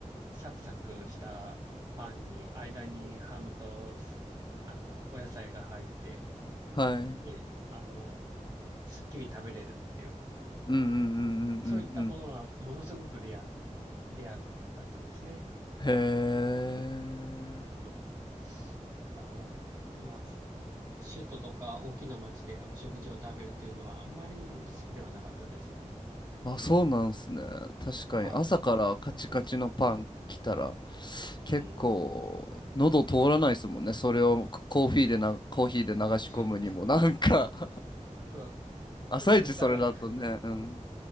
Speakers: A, on the right (about 30°); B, on the left (about 35°).
A: サクサクしたパンに、間にハムと、すあの、お野菜が入って、
B: はい。うん
A: ね、あの、すっきり食べれるっていうか、
B: うんうんうんうんうん。
A: そういったものはものすごくレアな、レアだったんですね。うん。
B: へえ。
A: うんだから、まあ、首都とか大きな町でお食事を食べるっていうのはあんまり好きではなかったです。
B: あ、そうなんですね。確かに朝からカチカチのパン来たら
A: はい。
B: 結構喉通らないですもんね。
A: うん。
B: それをコーヒーでな、コーヒーで流し込むにもなんか
A: <laughs>
B: <laughs>
A: そ
B: 朝一それだとね、
A: うそしたら、
B: うん。